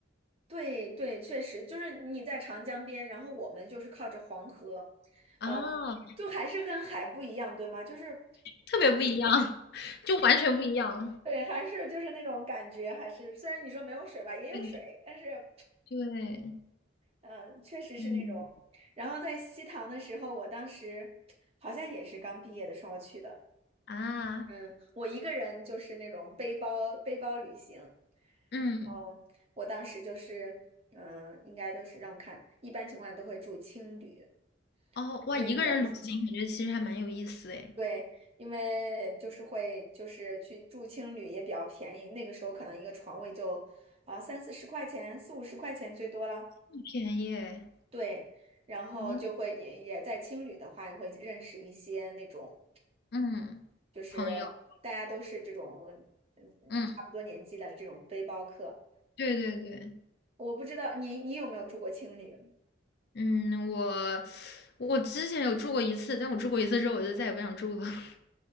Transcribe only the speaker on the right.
对对，确实就是你在长江边，然后我们就是靠着黄河，
呃，就还是跟海不一样，对吗？就是
对，还是就是那种感觉，还是虽然你说没有水吧，也有水，
但是，
嗯、确实是那种。
然后在西塘的时候，我当时好像也是刚毕业的时候去的，
嗯，我一个人就是那种背包背包旅行，
嗯，我当时就是，嗯、应该都是让我看，一般情况下都会住青旅。
也比较便
对，因为就是会就是去住青旅也比较便宜，那个时候可能一个床位就啊三四十块钱，四五十块钱最多了。
对，然后就会也也在青旅的话，
也会认识一些那种
就是大家都是这种
嗯嗯差不多年纪的这种背包客。
我不知道你你有没有住过青旅，